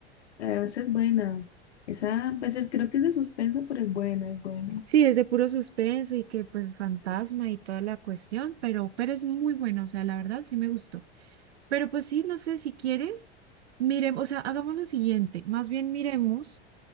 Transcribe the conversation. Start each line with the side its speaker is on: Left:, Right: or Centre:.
Left: Ah, Esa es buena. Esa, pues es- creo que es de suspenso, pero es buena, es buena.
Right: Sí, es de puro suspenso y que pues fantasma y toda la cuestión, pero, pero es muy buena, o sea, la verdad sí me gustó. Pero pues sí, no sé si quieres, miremos, o sea, hagamos lo siguiente, más bien miremos.